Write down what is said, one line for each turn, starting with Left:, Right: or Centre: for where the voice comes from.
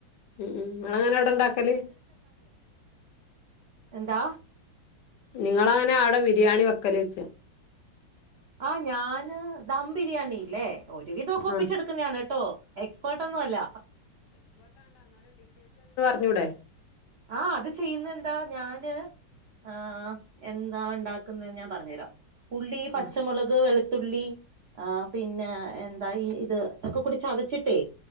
Left: ഉം ഉ നള അങ്ങനെ അവിടെ ഇണ്ടാക്കല്?
Right: എന്ത?
Left: നിങ്ങളങ്ങനെ അവിടെ ബിരിയാണി വെക്കല് വെച്ച?
Right: ആ് ഞാന് ദം ബിരിയാണില്ലേ ഒരുവിധം ഒപ്പിച്ചെടുക്കുന്നതാണ്
Left: ആ
Right: കേട്ടോ എക്സ്പേർട്ട് ഒന്നും അല്ല,
Left: ഞ്ഞൂടെ
Right: ആഹ അത് ചെയ്യുന്നുന്താ ഞാന് ആ എന്താ ഉണ്ടാക്കുന്നത്െന്ന് ഞാൻ പറഞ്ഞു തരാം ഉള്ളി പച്ചമുളക്
Left: ഉം
Right: വെളു ത്തുള്ളി ആ പിന്നെ എന്താഈ ഇത് ഒക്കെ കുടി ചതച്ചിട്ടേ,